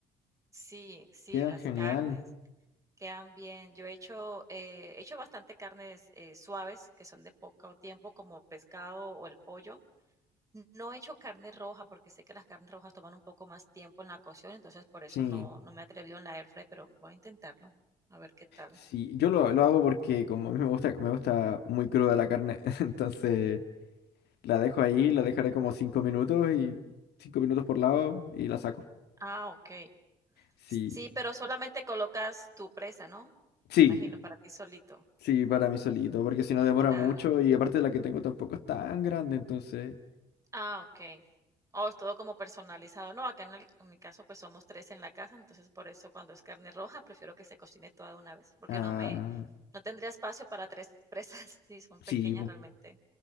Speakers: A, on the right (about 20°); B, on the left (about 75°).
A: Sí, sí,
B: quedan
A: las
B: genial.
A: carnes. Quedan bien. Yo he hecho, eh, he hecho bastante carnes eh, suaves, que son de poco tiempo, como pescado o el pollo. No he hecho carne roja porque sé que las carnes rojas toman un poco más tiempo en la cocción, entonces por eso
B: Sí,
A: no, no me he atrevido en la air fry, pero voy a intentarlo, a ver qué tal.
B: sí, yo lo, lo hago porque como a mí me gusta, me gusta muy cruda la carne, <laughs> entonces la dejo ahí, la dejaré como cinco minutos y cinco minutos por lado y la saco.
A: Ah, ok.
B: Sí,
A: Sí, pero solamente colocas tu presa, ¿no?
B: sí,
A: Me imagino, para ti solito.
B: sí, para mí solito, porque si no demora
A: Claro.
B: mucho y aparte la que tengo tampoco es tan grande, entonces,
A: Ah, okey. Oh, es todo como personalizado. No, acá en el en mi caso, pues, somos 3 en la casa, entonces, por eso cuando es carne roja, prefiero que se cocine toda de una vez, porque
B: ah,
A: no me no tendría espacio para 3 presas. <laughs> Sí, son pequeñas
B: sí.
A: realmente